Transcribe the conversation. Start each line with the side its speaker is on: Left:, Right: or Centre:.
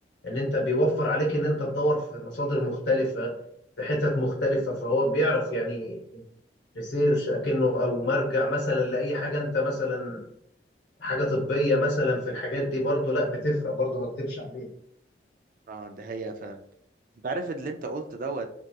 Left: ان انت بيوفر عليك ان انت تدور في مصادر مختلفه في حتت مختلفه فهو بيعرف يعني ريسيرش اكنه او مرجع مثلا لاي حاجه انت مثلا حاجه طبيه
Right: امم
Left: مثلا في الحاجات دي برضو لا بتفرق برضو ما اكدبش عليك
Right: اه ده هي فعلا انت عارف اللي انت قلت دوت